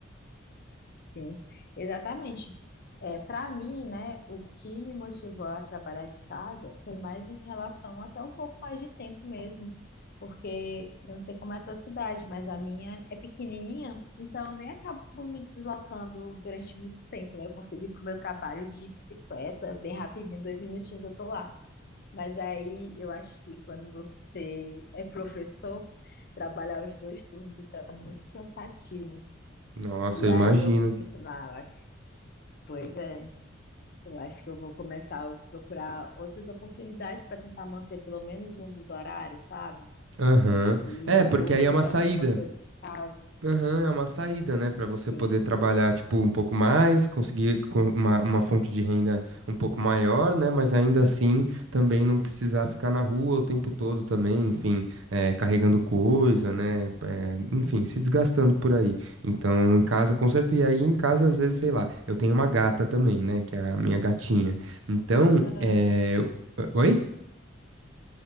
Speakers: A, on the left (about 50°); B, on the right (about 70°).
A: Sim, exatamente. É, para mim, né, o que me motivou a trabalhar de casa foi mais em relação até um pouco mais de tempo mesmo, porque eu não sei como é a tua cidade, mas a minha é pequenininha, então eu nem acabo me deslocando durante muito tempo, né? Eu consigo ir para o meu trabalho de bicicleta, bem rapidinho, dois minutinhos eu tô lá. Mas aí eu acho que quando você é professor, trabalhar os dois turnos é muito cansativo.
B: Nossa,
A: E
B: eu
A: aí
B: imagino.
A: eu pensando, ah, eu acho, pois é, eu acho que eu vou começar a procurar outras oportunidades para tentar manter pelo menos um dos horários, sabe?
B: Aham.
A: E
B: É,
A: no
B: porque
A: outro
B: aí é uma
A: fazer
B: saída.
A: alguma coisa de casa.
B: Aham, é uma saída, né, Pra você
A: Sim.
B: poder trabalhar, tipo, um pouco mais, conseguir com- uma, uma fonte de renda um pouco maior, né, mas ainda assim também não precisar ficar na rua o tempo todo também, enfim, é, carregando coisa, né, é, enfim, se desgastando por aí. Então, em casa, com certeza, e aí em casa, às vezes, sei lá, eu tenho uma gata também, né, que é a minha gatinha. Então,
A: Ah,
B: é... Oi?